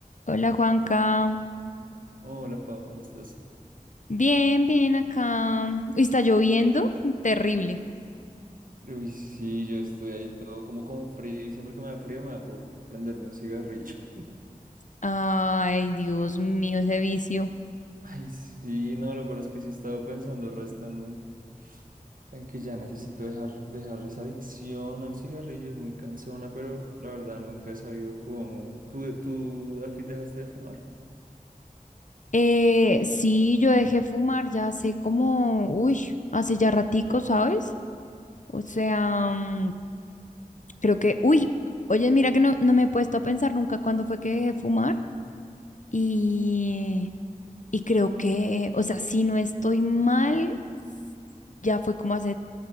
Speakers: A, on the left; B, on the right.
A: Hola Juanca.
B: Hola, Pau, ¿cómo estás?
A: Bien, bien acá. Uy, Está lloviendo, terrible.
B: Uy, sí, yo estoy ahí todo como con frío y siempre que me da frío me da por prenderme un cigarrillo. <laughs>
A: Ay, Dios mío, ese vicio.
B: Ay, sí, no, lo peor es que sí estaba pensando resto en, en que ya necesito dejar, dejar esa adicción al cigarrillo, es muy cansona, pero la verdad nunca he sabido cómo. ¿Tú, tú al fin dejaste de fumar?
A: Eh, sí, yo dejé fumar ya hace como, uy, hace ya ratico, ¿sabes? O sea, mm, creo que, uy, oye, mira que no, no me he puesto a pensar nunca cuándo fue que dejé fumar. Y, y creo que, o sea, si no estoy mal, ya fue como hace